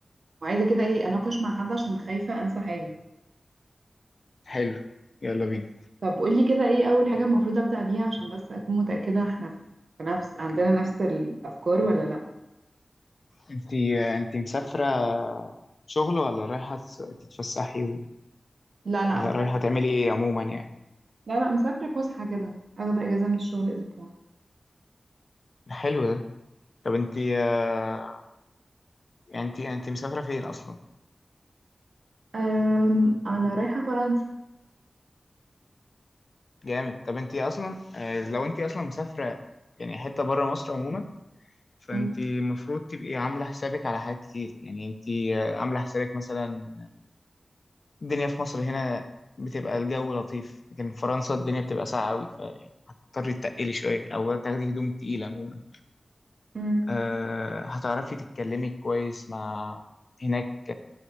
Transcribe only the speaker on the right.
وعايزه كده ايه اناقش مع حد عشان خايفه انسى حاجه
طب قول لي كده ايه اول حاجه المفروض ابدا بيها عشان بس اكون متاكده احنا في نفس عندنا نفس الافكار ولا لا
لا لا
هتفكر
لا لا مسافره فسحه كده اخد اجازه من الشغل اسبوع
أم أنا رايحة فرنسا
مم.
مم.